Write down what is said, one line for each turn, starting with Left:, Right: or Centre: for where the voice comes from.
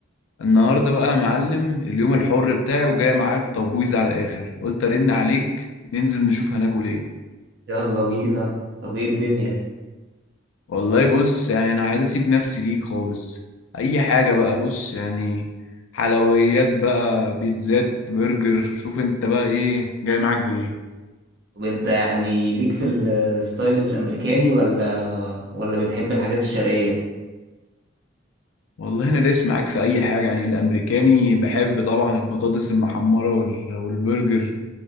Left: النهارده بقى يا معلم اليوم الحر بتاعي وجاي معايا بتبويظ على الاخر قلت ارن عليك ننزل نشوف هناكل ايه
Right: يلا بينا طب ايه الدنيا
Left: والله بص يعني انا عايز اسيب نفسي ليك خالص اي حاجه بقى بص يعني حلويات بقى بيتزات برجر شوف انت بقى ايه جاي معاك بايه
Right: طب انت يعني ليك في الستايل الامريكاني ولا ولا بتحب الحاجات الشرقية
Left: والله انا دايس معاك في اي حاجه يعني الامريكاني بحب طبعا البطاطس المحمره وال- والبرجر